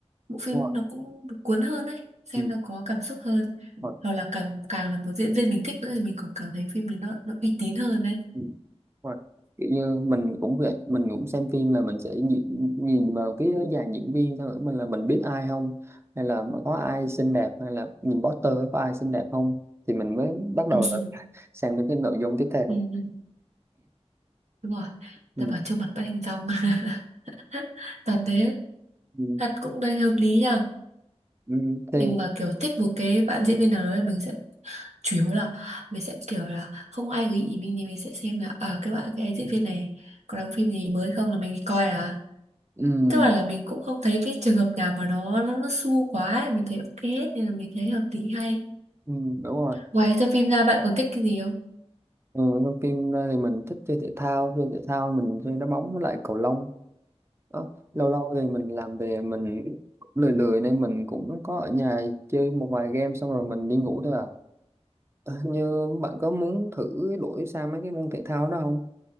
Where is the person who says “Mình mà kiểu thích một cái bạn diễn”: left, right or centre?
Right